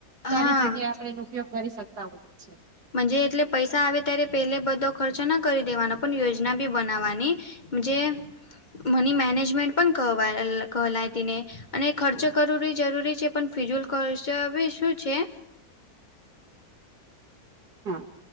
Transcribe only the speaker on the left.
હા
મન્જે એટલે પૈસા આવે ત્યારે પેલે બધો ખર્ચો ન કરી દેવાનો પણ યોજના બી બનાવવાની. જે મની મેનેજમેન્ટ પણ ક કહેલાયતી ને અને ખર્ચો કરવો જરૂરી છે પણ ફિજુલ ખર્ચો બી શું છે?